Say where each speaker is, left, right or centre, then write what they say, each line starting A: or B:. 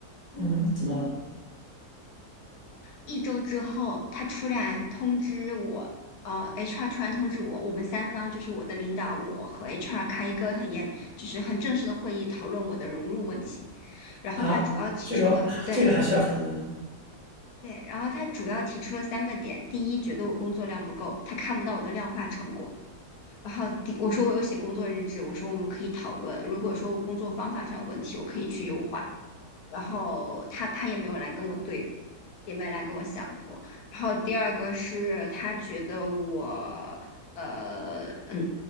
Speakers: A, on the left; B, on the left.
A: 嗯，怎么了？
B: 一周之后，他突然通知我，呃，HR 突然通知我，我们三方就是我的领导，我和 HR 开一个很严，就是很正式的会议，讨论我的融入问题。然后他主要提出了，
A: 啊，这个这个还需要讨论的吗？
B: 对对，然后他主要提出了三个点：第一，觉得我工作量不够，他看不到我的量化成果；然后第，我说我有写工作日志，我说我们可以讨论，如果说我工作方法上有问题，我可以去优化。然后他他也没有来跟我对过，也没来跟我想过。然后第二个是他觉得我呃嗯，